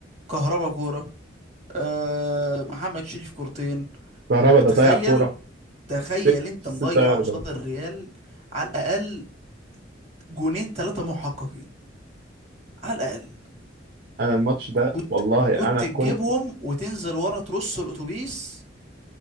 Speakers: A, on the right; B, on the right.
A: كهربا كرة آه محمد شريف كورتين
B: كهربا ده
A: تخيل
B: ضيع كوره
A: تخيل
B: ست
A: انت
B: ست
A: مضيع
B: ياردة
A: قصاد الريال على الاقل جونين ثلاثة محققين على الاقل
B: انا الماتش ده
A: كنت
B: والله
A: كنت
B: انا
A: تجيبهم
B: كنت
A: وتنزل ورا ترص الاتوبيس